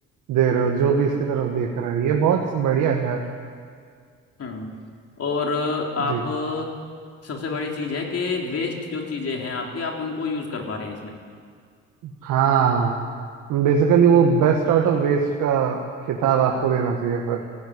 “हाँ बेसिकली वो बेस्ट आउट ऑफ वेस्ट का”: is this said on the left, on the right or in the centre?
Right